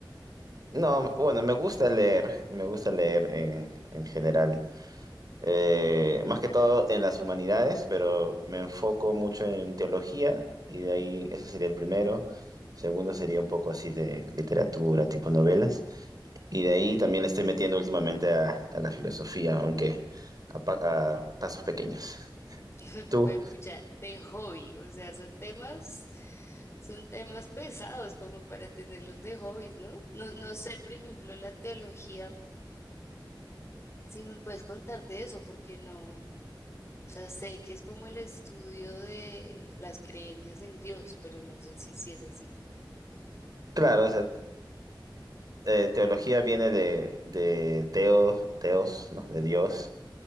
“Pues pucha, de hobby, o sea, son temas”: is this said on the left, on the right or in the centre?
Left